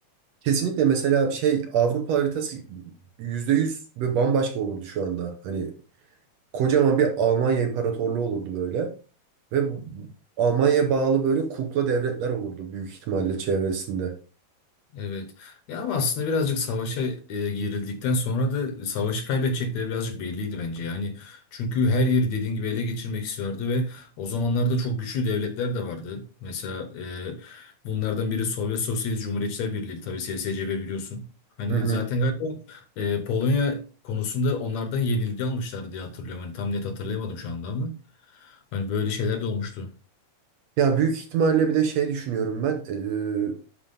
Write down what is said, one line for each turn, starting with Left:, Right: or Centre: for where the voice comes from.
Right: Kesinlikle mesela şey Avrupa haritası %100 ve bambaşka olurdu şu anda. Hani kocaman bir Almanya İmparatorluğu olurdu böyle. Ve bu- Almanya'ya bağlı böyle kukla devletler olurdu büyük ihtimalle çevresinde.
Left: Evet. Ya ama aslında birazcık savaşa e, girildikten sonra da savaşı kaybedecekleri birazcık belliydi bence. Yani çünkü her yeri dediğin gibi ele geçirmek istiyordu ve o zamanlarda çok güçlü devletler de vardı. Mesela e, bunlardan biri Sovyet Sosyalist Cumhuriyetçiler Birliği tabii SSCB biliyorsun. Hani
Right: Hı hı.
Left: zaten galiba e, Polonya konusunda onlardan yenilgi almışlar diye hatırlıyorum. Hani tam net hatırlayamadım şu anda ama. Hani böyle şeyler de olmuştu.
Right: Ya büyük ihtimalle bir de şey düşünüyorum ben. eee,